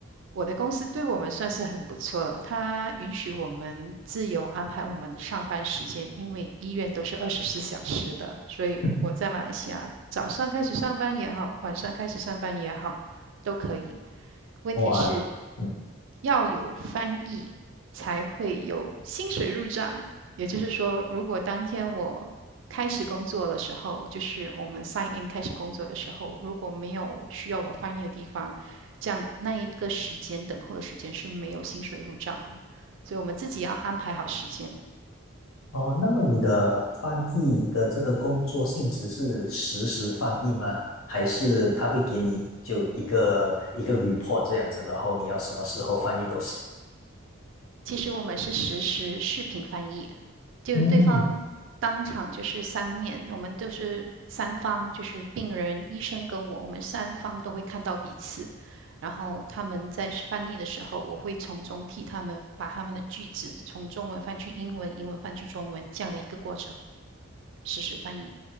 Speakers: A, on the right (about 65°); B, on the left (about 85°).
A: 我的公司对我们算是很不错了，它允许我们自由安排我们上班时间，因为医院都是二十四小时的，所以我在马来西亚早上开始上班也好，
B: <laughs>
A: 晚上开始上班也好，都可以。问题是
B: 哇，嗯。
A: 要有翻译才会有薪水入账。也就是说，如果当天我开始工作的时候，就是我们 sign in 开始工作的时候，如果没有需要我们翻译的地方，这样那一个时间等候的时间是没有薪水入账的。所以我们自己要安排好时间。
B: 哦，那么你的翻译的这个工作性质是实时翻译吗？还是他会给你就一个一个 report 这样子，然后你要什么时候翻译都行？
A: 其实我们是实时视频翻译。就对方当场就是三面，
B: 嗯，
A: 我们都是三方，就是病人、医生跟我，我们三方都会看到彼此。然后他们在翻译的时候，我会从中替他们把他们的句子从中文翻去英文，英文翻去中文这样的一个过程，实时翻译。